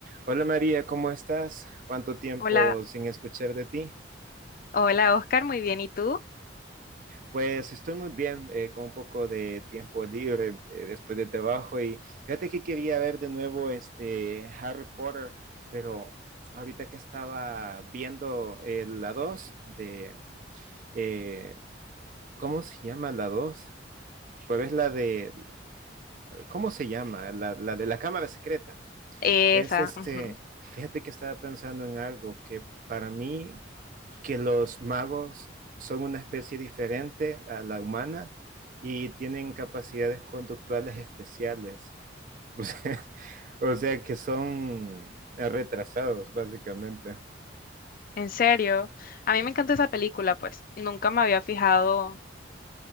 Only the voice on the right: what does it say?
Hola María, ¿cómo estás? ¿Cuánto tiempo
sin escuchar de ti?
Pues estoy muy bien, eh, con un poco de tiempo libre eh, después de trabajo y fíjate que quería ver de nuevo este Harry Potter, pero ahorita que estaba viendo eh, la 2 de, eh, ¿cómo se llama la dos, Pues es la de, ¿cómo se llama? La, la de la cámara secreta.
Es este,
fíjate que estaba pensando en algo que para mí que los magos son una especie diferente a la humana y tienen capacidades conductuales especiales. <laughs> O sea, o sea que son retrasados, básicamente.